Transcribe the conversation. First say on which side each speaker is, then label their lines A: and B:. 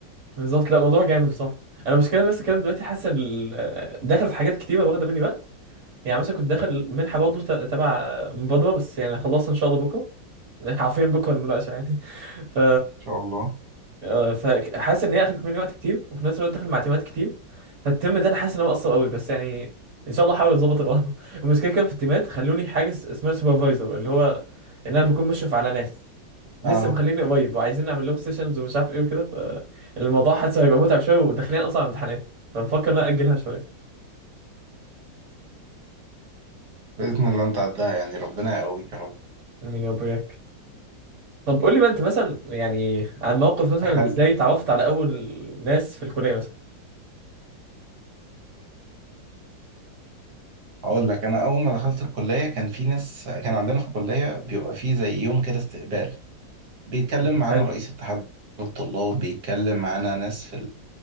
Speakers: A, on the right (about 40°); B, on the right (about 60°).
A: بالظبط لا موضوع جامد بصح انا المشكله نفس الكلام دلوقتي حاسس ال- داخل في حاجات كتيره واخده مني وقت يعني مثلا كنت داخل منحه برضه ت- تبع مبادره بس يعني خلاص ان شاء الله بكره <laughs> عارفين بكره المناقشه يعني <laughs> ف
B: شاء الله
A: آه، فحاسس ان هي اخدت مني وقت كتير وفي نفس الوقت داخل مع تيمات كتير فالترم ده انا حاسس ان انا مقصر قوي بس يعني ان شاء الله احاول اظبط الوضع <laughs> المشكله كان في التيمات خلوني حاجه اسمها سوبرفايزر اللي هو ان انا بكون مشرف على ناس لسه
B: اه
A: مخليني قريب وعايزين نعمل لهم سيشنز ومش عارف ايه وكده فالموضوع حاسه هيبقى متعب شويه وداخلين اصلا على امتحانات فبفكر ان انا اجلها شويه
B: باذن الله انت عدها يعني ربنا يقويك يا رب
A: مين يابوياك طب قول لي بقى انت مثلا يعني عن موقف مثلا
B: حل
A: ازاي اتعرفت على اول ناس في الكليه مثلا
B: اقول لك انا اول ما دخلت الكليه كان في ناس كان عندنا في الكليه بيبقى في زي يوم كده استقبال بيتكلم
A: مم.
B: معانا
A: حلو
B: رئيس اتحاد الطلاب بيتكلم معانا ناس في